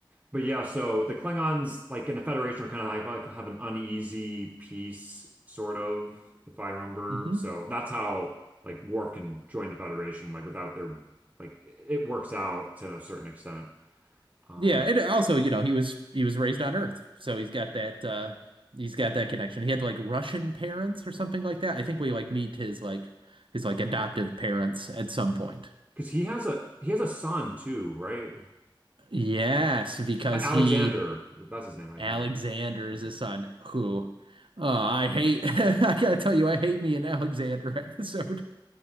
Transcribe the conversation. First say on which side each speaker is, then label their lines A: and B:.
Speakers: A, on the right; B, on the right.
A: But yeah, so the Klingons, like in the Federation, are kind of like have an uneasy peace, sort of, if I remember.
B: hmm
A: So that's how like Worf can join the Federation, like without their, like it works out to a certain extent. Um,
B: Yeah, and also, you know, he was he was raised on Earth, so he's got that uh he's got that connection. He had like Russian parents or something like that. I think we like meet his like his like adoptive parents at some point.
A: because he has a he has a son too, right?
B: Yes, because
A: Alexander,
B: he
A: that's his name, I
B: Alexander
A: think.
B: is
A: Okay.
B: his son, who uh, I hate. <laughs> I gotta tell you, I hate me an Alexander episode.